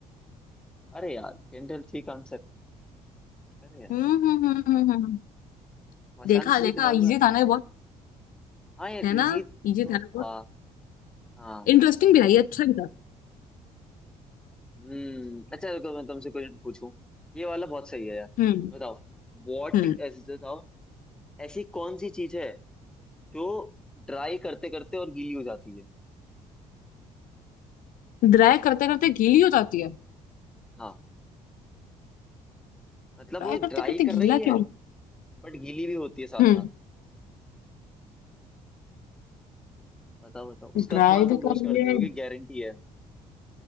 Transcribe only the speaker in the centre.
अरे यार कैंडल ठीक आंसर है। अरे यार
आसान
चीजें
दिमाग
में आती
है।
हाँ यार
इजी
तो
था
हाँ
हम्म अच्छा रुको मैं तुमसे कुछ पूछूं ये वाला बहुत सही है यार
बताओ वॉट
ऐसे बताओ ऐसी कौन सी चीज है जो ड्राई करते करते और गीली हो जाती है
हाँ मतलब
वो
ड्राई
कर
रही है
बट गीली भी होती है साथ
साथ बताओ बताओ उसका
इस्तेमाल तुम
रोज
करती
होगी गारंटी है